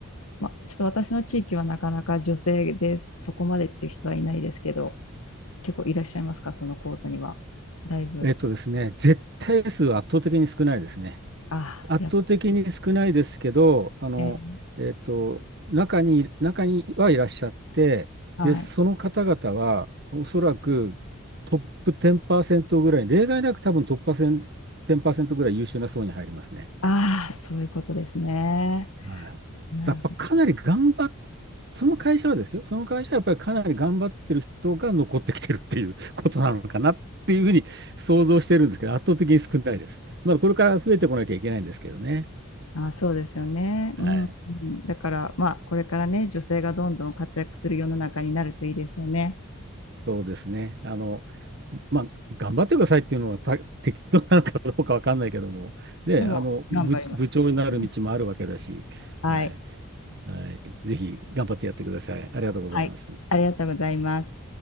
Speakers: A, on the left; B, on the right.
A: まあ、ちょっと私の地域はなかなか女性でそこまでっていう人はいないですけど、結構いらっしゃいますか、その講座には。だいぶ。
B: えっとですね、絶対数は圧倒的に少ないですね。
A: ああ、
B: 圧倒的に少ないですけど、
A: やっぱ
B: あの、
A: ね。
B: えっと、中に、中にはいらっしゃって、
A: はい。
B: で、その方々は、おそらくトップ10%ぐらい、例外なく多分トップ10%、ぐらい優秀な層に入りますね。
A: ああ、そういうことですね。
B: はい。
A: なるほど。
B: やっぱかなり頑張っ、その会社はですよ、その会社はやっぱりかなり頑張ってる人が残ってきてるっていう <laughs> ことなのかなっていうふうに想像してるんですけど、圧倒的に少ないです。まだこれから増えてこなきゃいけないんですけどね。
A: あ、そうですよね。
B: はい。
A: うん、うん。だから、まあ、これからね、女性がどんどん活躍する世の中になるといいですよね。
B: そうですね。あの、まあ、頑張ってくださいっていうのはた適当なのかどうかわかんないけども、ね、
A: でも、
B: あの、
A: 頑張ります。
B: 部、部長になる道もあるわけだし、
A: うんはい。
B: はい、はい、ぜひ頑張ってやってください。ありがとうございます。
A: はい。ありがとうございます。